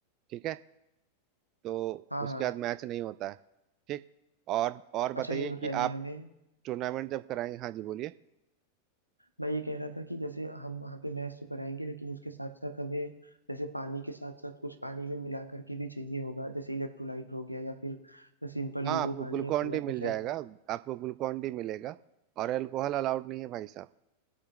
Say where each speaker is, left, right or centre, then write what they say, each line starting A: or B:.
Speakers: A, on the right (about 35°); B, on the right (about 90°).
A: ठीक है तो
B: हाँ
A: उसके
B: हाँ
A: बाद मैच नहीं होता है ठीक और और बताइए
B: अच्छा ये बताइए
A: कि आप
B: हमें
A: टूर्नामेंट जब कराएंगे हाँ जी बोलिए
B: मैं ये कह रहा था कि जैसे हम वहाँ पे मैच तो कराएंगे लेकिन उसके साथ साथ हमें जैसे पानी के साथ साथ कुछ पानी में मिला करके भी चाहिए होगा जैसे इलेक्ट्रोलाइट हो गया या फिर सिंपल
A: हाँ
B: नींबू
A: आपको
B: पानी
A: ग्लूकॉन
B: या सोडा
A: डी मिल
B: कुछ
A: जाएगा
B: ऐसा
A: आपको ग्लूकॉन डी मिलेगा और अल्कोहल अलाउड नहीं है भाई साहब